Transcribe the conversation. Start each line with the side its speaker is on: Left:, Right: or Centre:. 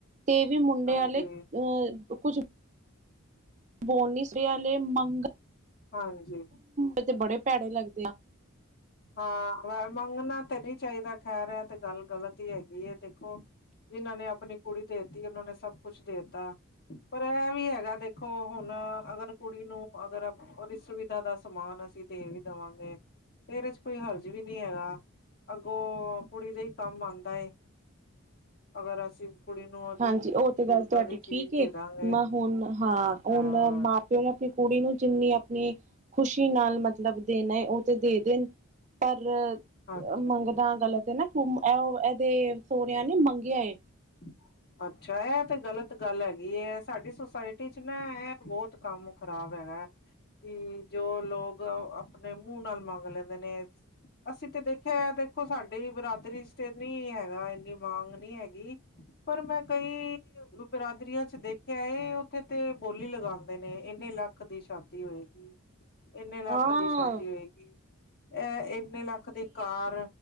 Right: ਤੇ ਵੀ ਮੁੰਡਿਆਂ
Left: ਹਾਂਜੀ
Right: ਅ ਤੇ ਕੁੱਜ ਬੋਨੀ ਸੇ ਆਲੇ ਮੰਗ
Left: ਹਾਂਜੀ।
Right: ਐ ਤੇ ਬੜੇ ਭੈੜੇ ਲੱਗਦੇ ਆ।
Left: ਹਾਂ, ਮ ਮੰਗਣਾ ਤੇ ਨਹੀਂ ਚਾਹੀਦਾ ਖੈਰ, ਐ ਤੇ ਗੱਲ ਗਲਤ ਈ ਹੈਗੀ ਏ। ਦੇਖੋ ਜਿਨ੍ਹਾਂ ਨੇ ਆਪਣੀ ਕੁੜੀ ਦੇਤੀ, ਉਹਨਾਂ ਨੇ ਸਭ ਕੁੱਛ ਦੇਤਾ। ਪਰ ਐ ਵੀ ਹੈਗਾ ਦੇਖੋ, ਹੁਣ ਅਗਰ ਕੁੜੀ ਨੂੰ ਅਗਰ ਉਹਦੀ ਸੁਵਿਧਾ ਦਾ ਸਮਾਨ ਅਸੀਂ ਦੇ ਵੀ ਦਵਾਂਗੇ। ਤੇ ਇਹਰੇ 'ਚ ਕੋਈ ਹਰਜ਼ ਵੀ ਨੀ ਹੈਗਾ। ਅੱਗੋਂ ਕੁੜੀ ਦੇ ਈ ਕੰਮ ਆਂਦਾ ਏ ਅਗਰ ਅਸੀਂ ਕੁੜੀ ਨੂੰ ਉਹਦੀ
Right: ਹਾਂਜੀ, ਉਹ ਤੇ
Left: ਜ਼ਰੂਰਤਾਂ
Right: ਗੱਲ ਤੁਹਾਡੀ
Left: ਦੀ ਚੀਜ਼
Right: ਠੀਕ ਏ।
Left: ਦੇ ਦਾਂਗੇ
Right: ਮ ਹੁਣ ਹਾਂ, ਹੁਣ
Left: ਹਾਂ
Right: ਮਾਂ ਪਿਓ ਨੇ ਆਪਣੀ ਕੁੜੀ ਨੂੰ ਜਿੰਨੀ ਆਪਣੀ ਖ਼ੁਸ਼ੀ ਨਾਲ ਮਤਲਬ ਦੇਣਾ ਐ, ਉਹ ਤੇ ਦੇ ਦੇਣ ਪਰ
Left: ਹਾਂਜੀ
Right: ਮੰਗਣਾ ਗਲਤ ਏ ਨਾ, ਐਹ ਐਹਦੇ ਸੋਂਰਿਆਂ ਨੇ ਮੰਗਿਆ ਏ।
Left: <inaudible> ਅੱਛਾ, ਐਹ ਤੇ ਗ਼ਲਤ ਗੱਲ ਹੈਗੀ। ਸਾਡੀ ਸੁਸਾਇਟੀ 'ਚ ਨਾ ਇਹ ਬਹੁਤ ਕੰਮ ਖ਼ਰਾਬ ਹੈਗਾ। ਪੀ, ਜੋ ਲੋਗ ਆਪਣੇ ਮੂੰਹ ਨਾਲ ਮੰਗ ਲੈਂਦੇ ਨੇ ਅਸੀਂ ਤੇ ਦੇਖਿਆ ਦੇਖੋ, ਸਾਡੀ ਬਰਾਦਰੀ 'ਚ ਤੇ ਨੀ ਹੈਗਾ। ਇੰਨੀ ਮਾਂਗ ਨਹੀਂ ਹੈਗੀ। ਪਰ ਮੈਂ ਕਈ ਬਿਰਾਦਰੀਆਂ 'ਚ ਦੇਖਿਆ ਏ, ਉੱਥੇ ਤੇ ਬੋਲੀ ਲਗਾਉਂਦੇ ਨੇ, ਇੰਨੇ ਲੱਖ ਦੀ ਸ਼ਾਦੀ ਹੋਏਗੀ। ਇੰਨੇ ਲੱਖ
Right: ਹਾਂ
Left: ਦੀ ਸ਼ਾਦੀ ਹੋਏਗੀ। ਐਹ ਇੰਨੇ ਲੱਖ ਦੀ ਕਾਰ